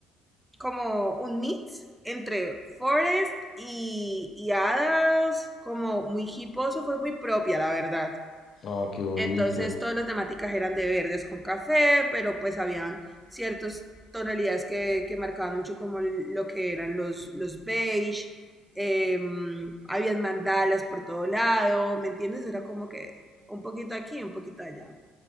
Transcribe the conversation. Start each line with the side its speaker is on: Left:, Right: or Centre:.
Centre: como un mix entre forest y, y hadas, como muy hiposo, fue muy propia, la verdad.
Left: Ah, qué bonito.
Centre: Entonces todas las temáticas eran de verdes con café, pero pues habían ciertas tonalidades que, que marcaban mucho como lo que eran los, los beige, eh, habían mandalas por todo lado, ¿me entiendes? Era como que un poquito aquí, un poquito allá.